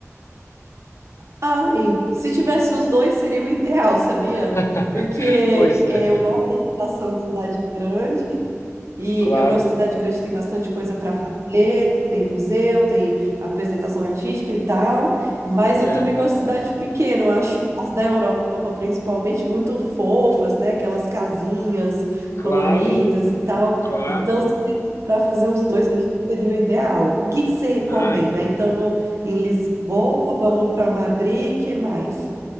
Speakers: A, on the right; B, on the left.
A: Ai, se tivesse os dois seria o ideal, sabia?
B: <laughs>
A: Porque
B: Pois
A: é,
B: é,
A: eu gosto da situação de cidade grande e
B: claro,
A: eu gosto de cidade grande, tem bastante coisa para fazer, tem museu, tem apresentação artística e tal, mas
B: é,
A: eu também gosto de cidade pequena, eu acho as da Europa principalmente muito fofas, né? Aquelas casinhas
B: claro,
A: coloridas e tal.
B: claro.
A: Então, se desse para fazer os dois, eu acho que seria o ideal. O que que você recomenda?
B: Ah, então.
A: Aí estamos em Lisboa, vamos para Madrid, que mais?